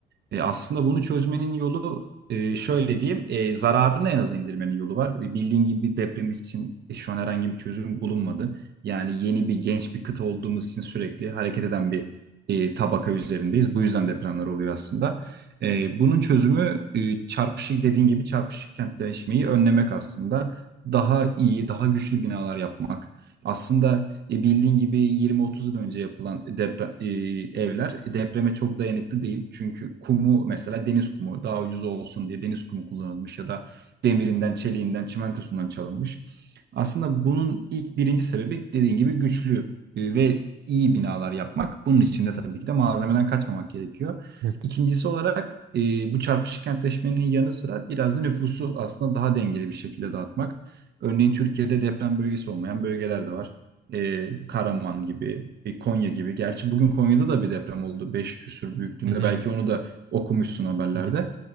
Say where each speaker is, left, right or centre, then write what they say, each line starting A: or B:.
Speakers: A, on the right; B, on the right.
A: E, aslında bunu çözmenin yolu e, şöyle diyeyim. E, zararını en aza indirmenin yolu var. E, Bildiğin gibi deprem için e, şu an herhangi bir çözüm bulunmadı. Yani yeni bir genç bir kıta olduğumuz için sürekli hareket eden bir e, tabaka üzerindeyiz. Bu yüzden depremler oluyor aslında. E, bunun çözümü e, çarpışık dediğin gibi çarpışık kentleşmeyi önlemek aslında. Daha iyi, daha güçlü binalar yapmak. Aslında e, bildiğin gibi 20-30 yıl önce yapılan depre- e, evler depreme çok dayanıklı değil. Çünkü kumu mesela deniz kumu daha ucuz olsun diye deniz kumu kullanılmış ya da demirinden, çeliğinden, çimentosundan çalınmış. Aslında bunun ilk birinci sebebi dediğin gibi güçlü e, ve iyi binalar yapmak. Bunun için de tabii ki de malzemeden kaçmamak gerekiyor.
B: Evet.
A: İkincisi olarak e, bu çarpışık kentleşmenin yanı sıra biraz da nüfusu aslında daha dengeli bir şekilde dağıtmak. Örneğin Türkiye'de deprem bölgesi olmayan bölgeler de var. E, Karaman gibi, e, Konya gibi. Gerçi bugün Konya'da da bir deprem oldu. 5 küsur büyüklüğünde.
B: Hı hı.
A: Belki onu da okumuşsun haberlerde.
B: Hı hı.